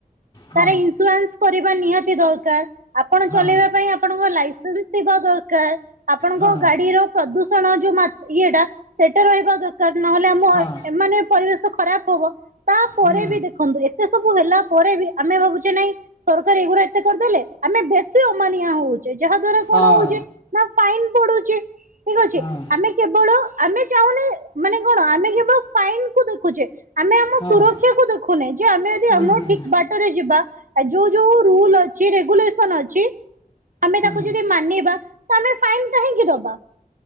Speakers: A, on the left; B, on the right.
A: ହଁ
B: ତାର ଇନସୁରାନ୍ସ କରିବା ନିହାତି ଦରକାର ଆପଣ
A: ହଁ
B: ଚଲେଇବା ପାଇଁ ଆପଣଙ୍କ ଲାଇସେନ୍ସ ଦରକାର ଆପଣଙ୍କ
A: ହଁ
B: ଗାଡିର ପ୍ରଦୂଷଣ ଯୋଉ ମା ଇଏଟା ସେଇଟା ରହିବା ଦର କାର ନହେଲେ ଆମ
A: ହଁ
B: ଏମାନେ ପରିବେଶ ଖରାପ ହବ ତାପରେ
A: ହୁଁ
B: ବି ଦେଖନ୍ତୁ ଏତେ ସବୁ ହେଲା ପରେ ବି ଆମେ ଭାବୁଛେ ନାଇଁ ସରକାର ଏଗୁୁରା ଏତେ କରିଦେଲେ ଆମେ ବେଶୀ ଅମାନିଆ ହଉ ଛେ ଯାହା ଦ୍ଵାରା କଣ
A: ହଁ
B: ହଉଛି ନା ଫାଇନ ପଡୁଛି ଠିକ ଅଛି
A: ହଁ
B: ଆମେ କେବଳ ଆମେ ଚାହୁଁନେ ମାନେ କଣ ଆମେ କେବଳ ଫାଇନ କୁ ଦେଖୁଛେ। ଆମେ ଆମ
A: ହଁ
B: ସୁରକ୍ଷା କୁ ଦେଖୁନହି ଯେ ଆମେ ଯଦି
A: ହୁଁ
B: ଆମ
A: ହୁଁ
B: ଠିକ ବା ରେ ଜିବା ଯୋଉ ଯୋଉ ରୁଲ ଅଛି ରେଗୁଲେସନ ଅଛି ଆମେ
A: ହୁଁ
B: ତାକୁ ଯଦି ମାନିବା ତ ଆମେ ଫାଇନ କାହିଁକି ଦବା?